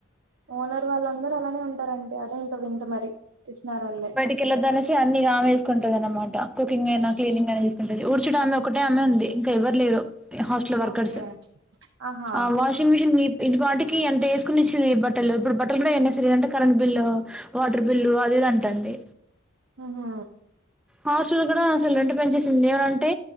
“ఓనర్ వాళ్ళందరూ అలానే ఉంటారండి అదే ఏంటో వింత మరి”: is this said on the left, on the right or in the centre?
Right